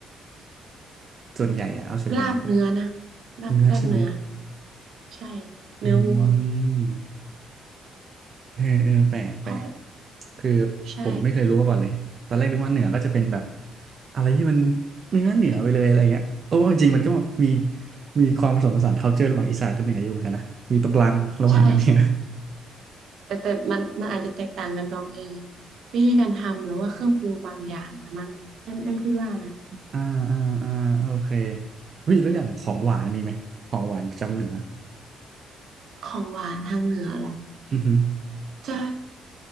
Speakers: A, on the right (about 50°); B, on the right (about 70°).
A: ส่วนใหญ่อะเอาส่วนใหญ่ก็เป็น
B: ลาบเนื้อนะลาบลาบเนื้อ
A: เนื้อใช่ไหม
B: ใช่เนื้อวัว
A: อืมเออเออแปลกแปลก
B: เพราะ
A: คือ
B: ใช่
A: ผมไม่เคยรู้มาก่อนเลยตอนแรกนึกว่าเหนือก็จะเป็นแบบอะไรที่มันเนื้อเหนือไปเลยอะไรเงี้ยโอ้จริงๆมันก็มีมีความผสมผสาน culture ระหว่างอีสานกับเหนืออยู่เหมือนกันนะมีตรงกลางระหว่างกันเนี่ย
B: ใช่ใช่แต่แต่มันมันอาจจะแตกต่างกันตรงเออวิธีการทำหรือว่าเครื่องปรุงบางอย่างนะมั้งเอ็มเอ็มคิดว่านะ
A: <laughs> อ่าอ่าอ่าโอเคเฮ้ยแล้วอย่างของหวานมีไหมของหวานประจำเหนือ
B: ของหวานทางเหนือเหรอ
A: อือฮึ
B: จะ